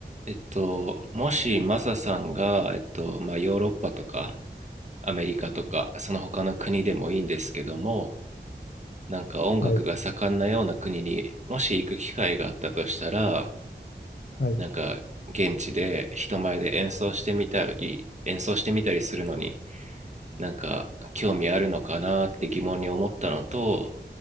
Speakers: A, on the right; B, on the left.
A: えっと、もしマサさんが、えっと、まあ、ヨーロッパとかアメリカとかその他の国でもいいんですけども、なんか音楽が盛んなような国にもし行く機会があったとしたら、
B: はい、はい、
A: なんか現地で人前で演奏してみたり、演奏してみたりするのに、なんか興味あるのかなって疑問に思ったのと、